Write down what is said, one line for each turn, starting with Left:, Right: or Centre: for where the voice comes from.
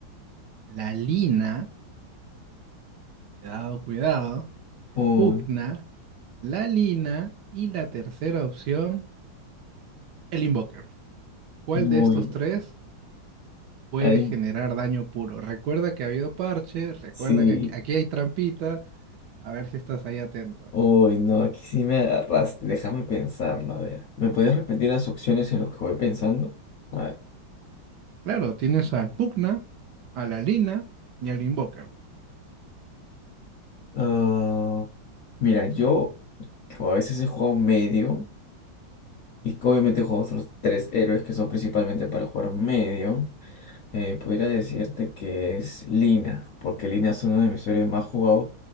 Right: la lina. Cuidado, cuidado. El
Left: Uy,
Right: pugna, la lina. Y la tercera opción, el invoker. ¿Cuál
Left: uy.
Right: de estos tres puede
Left: Ahí
Right: generar daño puro? Recuerda que ha habido parche, recuerda
Left: sí.
Right: que aquí aquí hay trampita. A ver si estás ahí atento.
Left: Uy, no, aquí sí me agarraste. Déjame pensarlo. A ver. ¿Me podías repetir las opciones en las que voy pensando? A ver.
Right: Claro, tienes al pugna, a la lina y al invoker.
Left: Ah, mira, yo como a veces he jugado medio y que obviamente juego otros tres héroes que son principalmente para jugar medio. eh, podría decirte que es Lina, porque Lina es uno de mis héroes más jugados